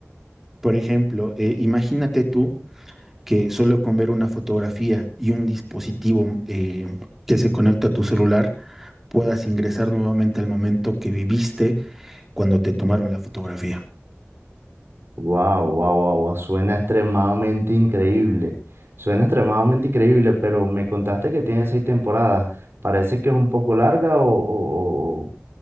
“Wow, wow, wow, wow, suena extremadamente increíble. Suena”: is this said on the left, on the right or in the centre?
Right